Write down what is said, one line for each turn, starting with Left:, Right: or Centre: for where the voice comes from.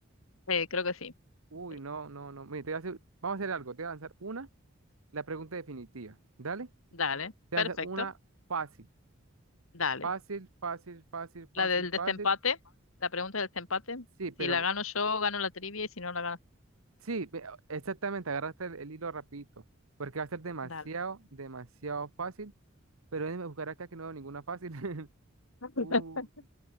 Left: Eh, creo que sí.
Right: Uy,
Left: sí.
Right: no, no, no. Mire, te voy a hacer- vamos a hacer algo. Te voy a lanzar una, la pregunta definitiva. Dale.
Left: Dale,
Right: Te
Left: perfecto,
Right: voy a hacer una fácil,
Left: dale.
Right: fácil, fácil, fácil,
Left: La
Right: fácil,
Left: del desempate,
Right: fácil.
Left: la pregunta del desempate.
Right: Sí, pero
Left: Si la gano yo, gano la trivia y si no la gano,
Right: sí, ve- exactamente, agarraste el, el hilo rapidito, porque va a ser demasiado,
Left: dale.
Right: demasiado fácil, pero déjame buscar acá que no veo ninguna fácil. <laughs>
Left: <laughs>
Right: Uy,